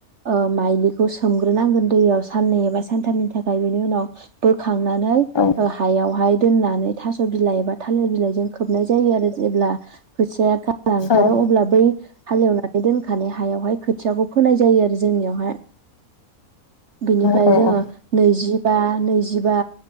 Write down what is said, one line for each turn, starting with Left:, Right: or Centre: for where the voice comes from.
Right: ओ माइलिखौ सोमग्रोनांगोन दैयाव साननै एबा सानथामनि थाखाय बेनि उनाव बोखा खांनानै
Left: औ
Right: ओ हायावहाय दोननानै थास' बिलाइ एबा थालिर बिलाइओ खोबनाय जायो आरो जेब्ला खोथिया <unintelligible> ओंखारो
Left: औ
Right: अब्ला बै हालेवनानै दोनखानाय हायावहाय खोथियाखौ फोनाय जायो आरो जोंनियावहाय। बिनिफाय
Left: औ औ
Right: जोङो
Left: औ
Right: नैजि बा नैजिबा